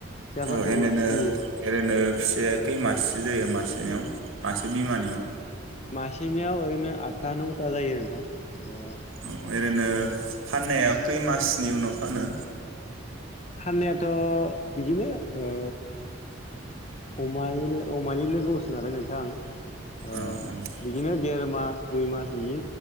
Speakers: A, on the left; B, on the right.
A: फिसाफोरखौबो
B: औ एरैनो
A: फिसियो
B: एरैनो फिसाया खै मासेसो जायो मासेनियाव मासे बिमानियाव
A: मासेनियाव ओरैनो आठथा नौथा जायो नोंथां
B: औ ओरैनो फाननायाव खै मासनि उनाव फानो
A: फाननायाथ' बिदिनो ओ अमानि अमानि लोगोसो नालाय नोंथां ओ
B: औ औ
A: बिदिनो देर मास दुइ मास बिदि